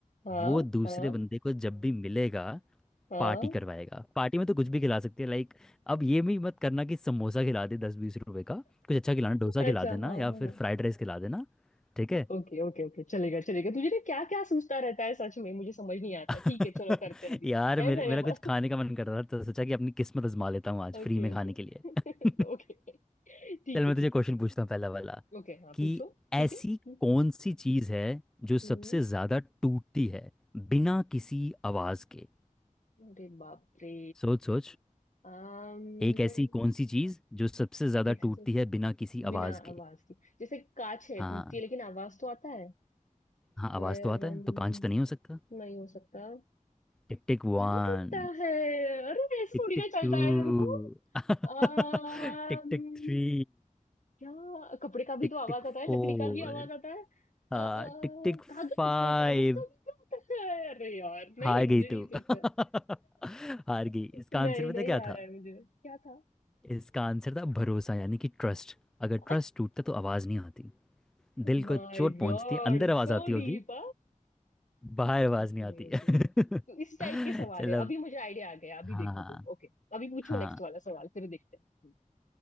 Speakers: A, on the left; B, in the centre.
A: हाँ
B: वो दूसरे
A: हाँ
B: बंदे को जब भी मिलेगा
A: हाँ
B: पार्टी करवाएगा पार्टी में तो कुछ भी खिला सकती है लाइक अब ये भी मत करना कि समोसा खिला दे दस बीस रुपए का कुछ अच्छा खिलाना डोसा खिला
A: अच्छा
B: देना
A: हाँ
B: या
A: हाँ
B: फिर फ्राइड राइस खिला देना ठीक है
A: ओके ओके ओके चलेगा चलेगा तुझे ना क्या क्या सोचता रहता है सच में मुझे समझ नहीं आता
B: <laughs>
A: ठीक है चलो करते हैं अभी
B: यार
A: है
B: मेरे
A: मेरे
B: मेरा
A: पास
B: कुछ खाने का मन कर रहा था तो सोचा कि अपनी किस्मत आजमा लेता हूँ आज
A: Okay
B: फ्री में
A: okay
B: खाने के लिए
A: okay
B: <laughs>
A: ठीक
B: चल मैं
A: है ठीक
B: तुझे क्वेश्चन
A: है चलो
B: पूछता हूँ पहला वाला
A: ओके हाँ
B: कि
A: पूछो
B: ऐसी
A: ठीक है हम्म,
B: कौन सी चीज़ है जो सबसे
A: हम्म,
B: ज़्यादा टूटती है बिना किसी आवाज़ के
A: अरे बाप रे
B: सोच सोच
A: अम्म
B: एक ऐसी कौन सी चीज़ जो सबसे ज़्यादा
A: दिख
B: टूटती है बिना किसी
A: बिना
B: आवाज़ के
A: आवाज की जैसे कांच है
B: हाँ।
A: टूटती है लेकिन आवाज तो आता है
B: हाँ आवाज
A: फिर
B: तो आता
A: अम्म,
B: है तो कांच तो नहीं हो सकता
A: नहीं हो सकता
B: Tick tick one
A: क्या टूटता है अरे ऐसे
B: Tick
A: थोड़ी
B: tick
A: ना चलता
B: two
A: है रुको
B: <laughs>
A: अम्म,
B: Tick tick three
A: क्या कपड़े का भी
B: Tick
A: तो आवाज
B: tick
A: आता है
B: four
A: लकड़ी का भी आवाज आता है
B: हाँ
A: अ, अ,
B: टिक टिक
A: कागज
B: फाइव
A: नहीं कागज का भी क्या होता है अरे यार नहीं
B: हार
A: मुझे
B: गई
A: नहीं
B: तू <laughs>
A: सोचता
B: हार गई इसका
A: नहीं
B: आंसर
A: नहीं
B: पता क्या
A: आ
B: था
A: रहा है मुझे क्या था
B: इसका आंसर था भरोसा यानी कि ट्रस्ट अगर
A: <laughs>
B: ट्रस्ट टूटता तो आवाज़ नहीं आती दिल
A: My
B: को चोट पहुंचती
A: god
B: अंदर आवाज़
A: so
B: आती होगी
A: deep
B: बाहर आवाज़
A: Okay
B: नहीं आती
A: okay
B: <laughs>
A: तो इस टाइप के सवाल
B: चलो
A: है अभी मुझे आइडिया आ गया अभी
B: हाँ
A: देखो तुम ओके अभी पूछो
B: हाँ
A: नेक्स्ट वाला सवाल फिर देखते हैं हम्म।